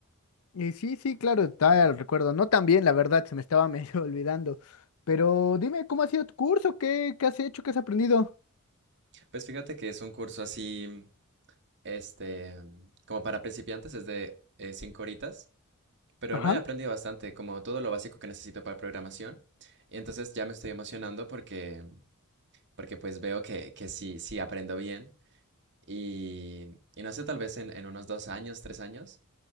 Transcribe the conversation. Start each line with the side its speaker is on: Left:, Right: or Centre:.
Left: Eh, sí, sí, claro, está el recuerdo. No tan bien, la verdad, se me estaba medio <laughs> olvidando. Pero dime, ¿cómo ha sido tu curso? ¿Qué, qué has hecho? ¿Qué has aprendido?
Right: Pues fíjate que es un curso así, este, como para principiantes, es de eh, cinco horitas, pero
Left: Ajá.
Right: no he aprendido bastante, como todo lo básico que necesito para programación, y entonces ya me estoy emocionando porque, porque pues veo que, que sí, sí aprendo bien. Y, y no sé, tal vez en, en unos dos años, tres años,